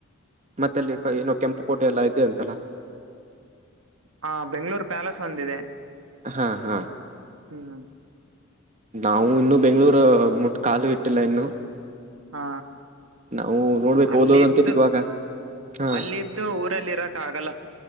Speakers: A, on the right; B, on the right.
A: ಮತ್ತ ಅಲ್ಲಿ ಏನೋ ಕೆಂಪು ಕೋಟೆ ಎಲ್ಲ ಇದೆ ಅಂತಾನ
B: ಹ ಬೆಂಗಳೂರು ಪ್ಯಾಲೇಸ್ ಒಂದಿದೆ
A: ಹಾ ಹಾ
B: ಹ್ಮ್
A: ನಾವು ಇನ್ನು ಬೆಂಗಳೂರು ಮುಟ್ ಕಾಲು ಇಟ್ಟಿಲ್ಲ ಇನ್ನು
B: ಹಾ
A: ನಾವು ನೋಡ್ಬೇಕು
B: ಅಲ್ಲಿದ್ದು
A: ಓದೋದಂತೇಳಿ ಇವಾಗ ಹಾ
B: ಅಲ್ಲಿದ್ದು ಊರಲ್ಲಿ ಇರಕಾಗಲ್ಲ.